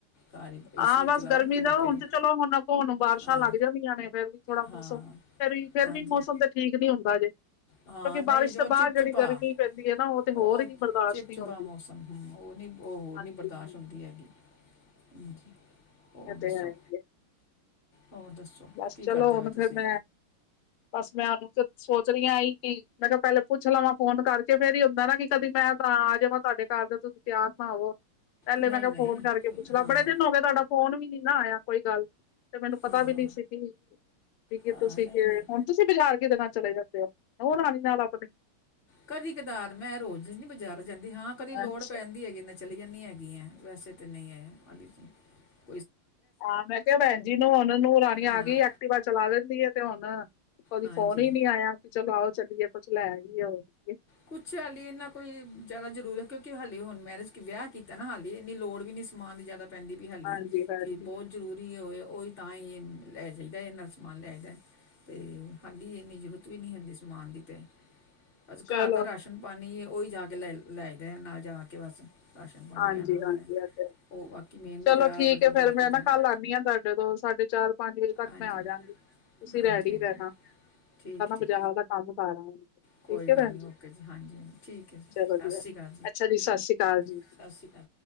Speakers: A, on the left; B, on the left.
A: ਘਰ ਹੀ ਏਸੀ
B: ਹਾਂ, ਬਸ,
A: ਚਲਾਓ
B: ਗਰਮੀ
A: ਬੈਠੇ
B: ਦਾ ਹੁਣ
A: ਰਹੋ
B: ਤੇ ਚਲੋ, ਹੁਣ ਅਗੋਂ, ਹੁਣ ਬਾਰਿਸ਼ਾਂ
A: ਹਾਂ
B: ਲੱਗ ਜਾਂਦੀਆਂ ਨੇ ਫਿਰ। ਥੋੜਾ
A: ਹਾਂ
B: ਮੌਸਮ, ਫੇਰ ਵੀ, ਫੇਰ
A: ਹਾਂਜੀ
B: ਵੀ ਮੌਸਮ ਤੇ ਠੀਕ ਨੀ ਹੁੰਦਾ ਜੇ। ਕਿਉਂਕਿ
A: ਹਾਂ ਨਹੀਂ
B: ਬਾਰਿਸ਼
A: ਜੋ
B: ਤੋਂ
A: ਚਿਪਚਿਪਾ
B: ਬਾਅਦ ਜਿਹੜੀ ਗਰਮੀ ਪੈਂਦੀ ਹੈ ਨਾ, ਉਹ। ਤੇ
A: ਉਹ
B: ਹੋਰ ਹੀ ਬਰਦਾਸ਼ਤ
A: ਚਿਪ-ਚਿਪਾ
B: ਨਹੀਂ ਹੁੰਦੀ
A: ਮੌਸਮ ਹਮਮ, ਉਹ ਹੋਰ ਨੀਂ, ਉਹ ਹੋਰ
B: ਹਾਂਜੀ
A: ਨਹੀਂ ਬਰਦਾਸ਼ਤ
B: ਹਾਂਜੀ
A: ਹੁੰਦੀ ਹੈਗੀ। ਹਾਂਜੀ, ਹੋਰ
B: ਇਹ ਤੇ
A: ਦੱਸੋ,
B: ਹੈ ਹੀ ਹੈ
A: ਹੋਰ ਦੱਸੋ।
B: ਬਸ
A: ਕੀ
B: ਚਲੋ,
A: ਕਰਦੇ
B: ਹੁਣ
A: ਵੇ
B: ਫੇਰ
A: ਤੁਸੀਂ
B: ਮੈਂ, ਬਸ ਮੈਂ ਉਹਨੂੰ ਸੋਚ ਰਹੀ ਆ ਇਂ ਕਿ ਮੈਂ ਕਿਹਾ, ਪਹਿਲੇ ਪੁੱਛ ਲਵਾਂ ਫੋਨ ਕਰਕੇ, ਫੇਰ ਏਹੀ ਹੁੰਦਾ ਨਾ, ਕਦੀ ਮੈਂ ਤਾਂ ਆ ਜਾਵਾਂ ਤੁਹਾਡੇ ਘਰ, ਤੇ ਤੁਸੀਂ ਤਿਆਰ ਨਾ ਹੋਵੋ। ਪਹਿਲੇ
A: ਨਹੀਂ
B: ਮੈਂ ਕਿਹਾ,
A: ਨਹੀਂ
B: ਫੋਨ ਕਰਕੇ
A: ਕੋਈ
B: ਪੁੱਛ
A: ਨਾ,
B: ਲਵਾਂ,
A: ਹਾਂ
B: ਬੜੇ ਦਿਨ ਹੋ ਗਏ, ਤੁਹਾਡਾ ਫੋਨ ਵੀ ਨੀ ਨਾ ਆਇਆ। ਕੋਈ ਗੱਲ। ਤੇ ਮੈਨੂੰ ਪਤਾ
A: ਹਾਂ
B: ਵੀ ਨਹੀਂ ਸੀ ਕਿ। <unintelligible>
A: ਹਾਂ
B: ਤੁਸੀਂ
A: ਨਹੀਂ
B: ਕਿਵੇਂ,
A: ਨਹੀਂ
B: ਹੁਣ ਤੁਸੀਂ ਬਾਜ਼ਾਰ ਕਿੰਦੇ ਨਾਲ ਚਲੇ ਜਾਂਦੇ ਹੋ, ਨੂੰਹ ਰਾਣੀ ਨਾਲ ਆਪਣੀ।
A: ਕਦੀ ਕਦਾਰ, ਮੈਂ ਰੋਜ਼ ਨੀ ਬਾਜ਼ਾਰ ਜਾਂਦੀ, ਹਾਂ ਕਦੀ ਲੋੜ
B: ਅੱਛਾ
A: ਪੈਂਦੀ ਹੈਗੀ, ਮੈਂ ਚਲੀ ਜਾਂਦੀ ਹੈਗੀ। ਵੈਸੇ ਤਾਂ ਨਹੀਂ ਏ ਅਲੀ <unintelligible>
B: ਹਾਂ, ਮੈਂ ਕਿਹਾ ਭੈਣ ਜੀ ਨੂੰ ਹੁਣ, ਨੂੰਹ ਰਾਣੀ
A: ਹਾਂ
B: ਆ ਗਈ, ਐਕਟੀਵਾ ਚਲਾ ਲੈਂਦੀ ਆ ਤੇ ਹੁਣ। ਕਦੀ
A: ਹਾਂਜੀ
B: ਫੋਨ ਹੀ ਨੀ ਆਇਆ, ਕਿ ਚਲੋ ਆਓ ਚੱਲੀਏ, ਕੁੱਛ ਲੈ ਆਈਏ ਹੋਰ ਕਿ।
A: ਕੁਛ ਆਲੀ ਏਨਾ। ਕੋਈ ਜ਼ਿਆਦਾ ਜ਼ਰੂਰ ਤ, ਕਿਉਂਕਿ ਹਾਲੀ, ਹੁਣ ਮੈਰਜ-ਵਿਆਹ ਕੀਤਾ ਨਾ ਹਾਲੀ, ਇੰਨੀ ਲੋੜ ਵੀ ਇਨੀ ਸਮਾਨ ਦੀ ਜ਼ਿਆਦਾ। ਪੈਂਦੀ ਪਈ ਹਾਲੀ,
B: ਹਾਂਜੀ ਹਾਂਜੀ
A: ਕਿ ਬਹੁਤ। ਜ਼ਰੂਰੀ ਹੋਵੇ, ਉਹੀ ਤਾਂ ਹੀ ਲੈ ਜਾਈਦਾ, ਐਨਾ ਸਮਾਨ ਲੈ ਜੈਦੇ ਅਤੇ ਹਾਡੀ, ਇੰਨੀ ਜ਼ਰੂਰਤ ਵੀ ਨਹੀਂ ਹੈਗੀ ਸਮਾਨ ਦੀ ਤੇ ਬਸ ਘਰ
B: ਚਲੋ
A: ਦਾ ਰਾਸ਼ਨ ਪਾਣੀ, ਉਹੀ ਜਾ ਕੇ ਲੈ, ਲੈ ਆਈਦੈ ਨਾਲ ਜਾ ਕੇ ਬਸ। ਰਾਸ਼ਨ ਪਾਣੀ
B: ਹਾਂਜੀ,
A: ਲੈਣਾ ਹੁੰਦਾ
B: ਹਾਂਜੀ
A: ਹੈ
B: ਆ ਤਾਂ ਐ
A: ਉਹ ਬਾਕੀ ਮੇਨ। ਬਾਜ਼ਾਰ
B: ਚਲੋ ਠੀਕ
A: ਵੱਡੀ
B: ਹੈ, ਫੇਰ
A: ਮਾਰਕੀਟ
B: ਮੈਂ
A: ਜਾਣਾ
B: ਨਾ ਕੱਲ ਆਉਂਦੀ ਹਾਂ ਤੁਹਾਡੇ ਕੋਲ, ਸਾਢੇ ਚਾਰ-ਪੰਜ ਵਜੇ ਤੱਕ
A: ਹਾਂਜੀ
B: ਮੈਂ ਆਜਾਂਗੀ। ਤੁਸੀਂ
A: ਹਾਂਜੀ
B: ਰੈਡੀ
A: ਹਾਂਜੀ
B: ਹੀ ਰਹਿਣਾ।
A: ਠੀਕ।
B: ਬਜਾਰ
A: ਠੀਕ
B: ਦਾ ਕੰਮ ਕਰ ਆਵਾਂ।
A: ਕੋਈ
B: ਠੀਕ ਹੈ
A: ਗੱਲ
B: ਭੈਣ
A: ਨਹੀਂ
B: ਜੀ,
A: ਓਕੇ ਹਾਂਜੀ ਹਾਂਜੀ ਠੀਕ ਹੈ ਜੀ
B: ਚਲੋ
A: ਸਤਿ
B: ਵਧੀਐ,
A: ਸ਼੍ਰੀ ਅਕਾਲ
B: ਅੱਛਾ ਜੀ ਸਤਿ ਸ੍ਰੀ ਅਕਾਲ ਜੀ।
A: ਸਤਿ ਸ਼੍ਰੀ ਅਕਾਲ ਜੀ